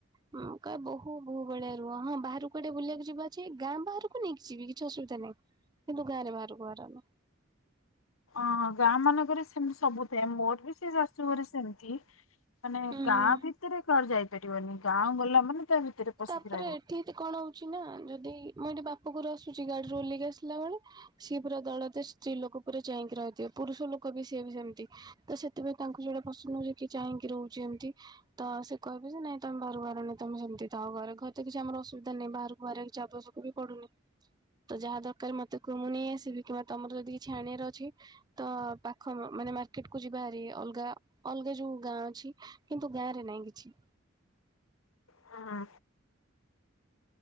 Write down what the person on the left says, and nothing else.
ହଁ ଗାଁ ମାନଙ୍କରେ ସେମିତି ସବୁ ଥାଏ ମୋର ବି ସେ ଶାଶୁ ଘରେ ସେମତି। ମାନେ
ଗାଁ
ଭିତରେ କୁଆଡେ ଯାଇପାରିବନି ଗାଁ ଗଲା ମାନେ ତା ଭିତରେ ପଶିକି
ରହିବ।
ହଁ।